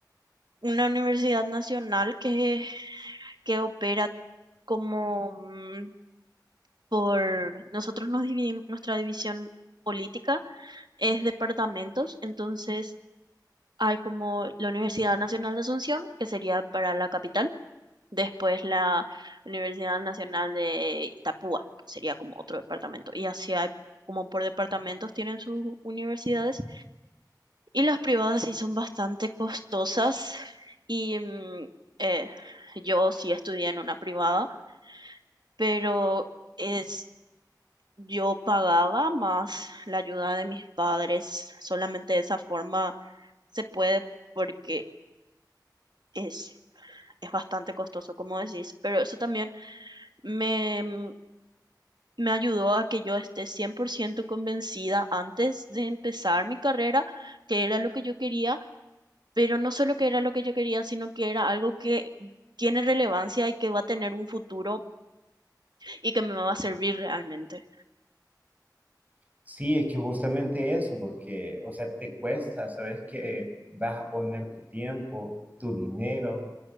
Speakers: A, on the right; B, on the right.
A: una universidad nacional que, que opera como mm, por, nosotros nos dividimos, nuestra división política es departamentos, entonces hay como la Universidad Nacional de Asunción, que sería para la capital. después la Universidad Nacional de Itapúa, que sería como otro departamento. Y así hay, como por departamentos tienen sus universidades. Y las privadas sí son bastante costosas. Y mm, eh, yo sí estudié en una privada, pero es, yo pagaba más la ayuda de mis padres. Solamente de esa forma se puede porque es... Es bastante costoso, como decís, pero eso también me, mm, me ayudó a que yo esté 100% convencida antes de empezar mi carrera, que era lo que yo quería, pero no solo que era lo que yo quería, sino que era algo que tiene relevancia y que va a tener un futuro y que me va a servir realmente.
B: Sí, es que justamente eso, porque, o sea, te cuesta, sabes que vas a poner tu tiempo, tu dinero,